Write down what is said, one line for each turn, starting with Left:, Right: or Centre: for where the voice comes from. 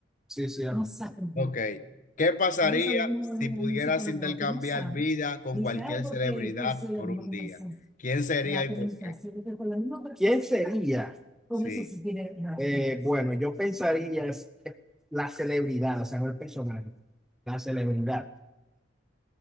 Centre: sí, sí, no amén. saben
Left: Ok. ¿Qué pasaría
Centre: A veces uno
Left: si
Centre: es una
Left: pudieras
Centre: música lo
Left: intercambiar
Centre: que no sabe.
Left: vida con
Centre: Dice,
Left: cualquier
Centre: ay, porque
Left: celebridad
Centre: pues se le
Left: por
Centre: dio
Left: un
Centre: una
Left: día?
Centre: sensación.
Left: ¿Quién sería
Centre: La comunicación,
Left: y por qué?
Centre: porque con la misma persona, ¿Quién sería? con
Left: Sí.
Centre: eso sí tiene razón. Eh, bueno, yo pensaría es- la celebridad, o sea, no el personaje, la celebridad.